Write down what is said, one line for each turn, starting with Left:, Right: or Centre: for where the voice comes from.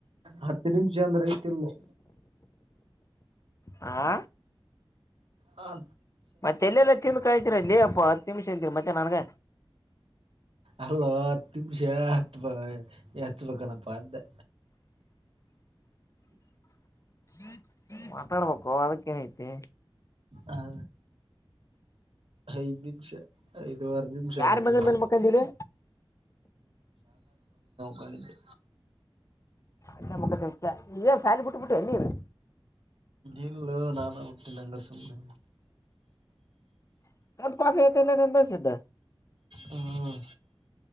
Right: ಹತ್ತು ನಿಮಿಷ ಅಂದ್ರೆ. ತಿಲ್ಲೊ.
Left: ಹಾ.
Right: ಹ.
Left: ಮತ್ತ ಎಲ್ಲೆಲ್ಲೆ ತಿಂದು ಕಾಯ್ತೀರಲ್ಲೆ ಅಪ್ಪ ಹತ್ ನಿಮಿಷ ಇದ್ದೀರಿ ಮತ್ತೆ ನನ್ಗ.
Right: ಅಲ್ಲೋ ಹತ್ತು ನಿಮಿಷ ಹತ್ ಬ ಹಚ್ಬೇಕಲಂತ ಅಂದ್ಯ.
Left: <inaudible> ಮಾತಾಡ್ಬೇಕೊ ಅದಕ್ಕೇನಐತಿ.
Right: ಹ ಹೈದೀ ಷ ಐದುವರ ನಿಮಿಷ
Left: ಯಾರ
Right: ಆತ್
Left: ಮಗಳ
Right: ಇವಗ್.
Left: ಮೇಲೆ ಮಕ್ಕಂದಿಲಿ
Right: ಕಂಡಿದ್ದೆ.
Left: ಇಸ್ಟ ಮಕೋತಿ ಇಸ್ಟ ಏ ಸಾಲಿ ಬುಟ್ಟಬುಟ್ಟಿ ಎನ್ ನೀನ್.
Right: ಇಲ್ಲೋ ನಾನಾ ಬಿಟ್ಟಿಲ ಹಂಗ್ ಸುಮ್ನೆ.
Left: <unintelligible> ಇಲ್ಲ ನಿಂದ ಸಿದ್ಧ.
Right: ಹ್ಮ